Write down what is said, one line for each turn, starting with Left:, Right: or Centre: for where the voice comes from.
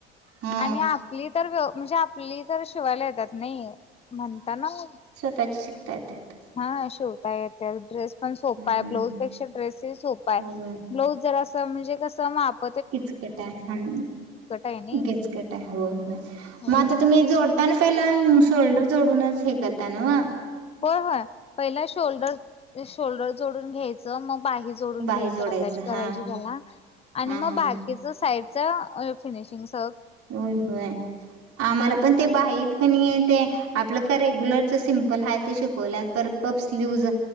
Right: हा
Left: आणि आप पली तर व्य म्हणजे आपली तर शिवायला येतात नाही म्हणताना व
Right: त्याच शिकताये त्यात
Left: हा हा शिव ड्रेस पण सोप
Right: हम्म
Left: आहे ब्लाजपेक्षा ड्रेससही सोपा आहे
Right: होय.
Left: ब्लाउज जरा म्हणजे कसं माप
Right: किचकट आहे
Left: आहे नाही
Right: किचकट आहे होय होय
Left: हो
Right: मग आता तुम्ही जोड त्या पहिला शोल्डर जोडूनच हे करताना वा
Left: होय होय पहिला शोल्डर शोल्डर जोडून घ्यायचं मग बाहेर जोडून
Right: बाही
Left: घ्यायच
Right: जोडायचं
Left: अटॅच करायची
Right: हा
Left: त्याला आणि
Right: हा
Left: मग
Right: हा.
Left: बा किच साईडचा फिनिशिंगस
Right: हो होय आम्हाला पण ते बाहीत ते आपलं का रेग्युलरच सिम्पल हाय ते शिकवल्या परत पप स्लिउज